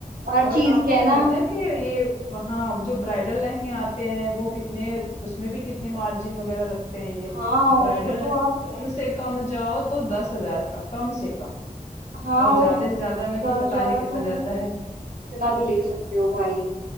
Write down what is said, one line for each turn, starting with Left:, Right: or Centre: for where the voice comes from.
Right: हर
Left: और
Right: चीज
Left: आपको
Right: कहना
Left: ये पता है कि ये हाँ जो ब्राइडल लहंगे आते हैं वो कितने उसमें भी कितने मार्जिन वगैरह रखते हैं ये
Right: हाँ
Left: ब्राइडल
Right: उसको तो
Left: लहंगा
Right: आप
Left: कम से कम जाओ तो दस हजार का कम से कम
Right: हाँ
Left: और ज्यादा
Right: और
Left: से ज्यादा में
Right: ज्यादा
Left: तो
Right: से
Left: पता
Right: ज्यादा
Left: नहीं कितना
Right: तुम
Left: जाता है
Right: इतना भी ले सकते हो भाई